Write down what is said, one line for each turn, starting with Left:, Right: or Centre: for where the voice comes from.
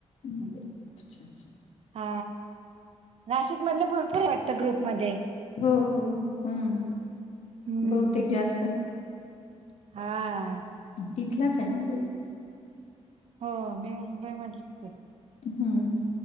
Left: हम् अच्छा अच्छा
Right: हा नाशिक मधले भरपूरय वाटत ग्रुप मध्ये
Left: हो हो हम्
Right: हम्म.
Left: बहुतेक जास्त
Right: हा
Left: तिथलाच आहे ना ग्रूप?
Right: हो मी मुंबई मधलीचय.
Left: हम्म